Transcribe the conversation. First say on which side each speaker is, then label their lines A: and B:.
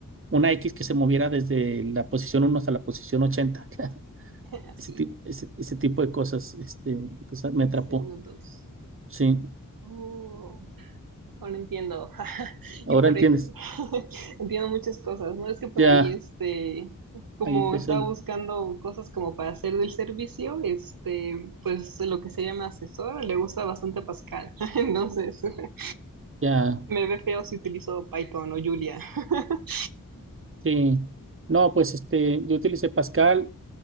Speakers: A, on the right (about 40°); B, on the right (about 80°).
A: una X que se moviera desde la posición uno hasta la posición ochenta <laughs>
B: <laughs> así,
A: Ese, ti- ese, ese tipo de cosas, este, entonces me
B: en
A: atrapó.
B: segundos.
A: Sí,
B: Oh, ahora entiendo. <laughs>
A: ahora
B: Y por
A: entiendes.
B: ejemplo, <laughs> entiendo muchas cosas, ¿no? Es que por
A: Ya,
B: ahí, este, como
A: ahí empezó.
B: estaba buscando cosas como para hacer del servicio, este, pues lo que se llama asesor, le gusta bastante Pascal. <laughs> Entonces, <laughs>
A: Ya.
B: me ve feo si utilizo Python o Julia. <laughs>
A: Sí. No, pues este, yo utilicé Pascal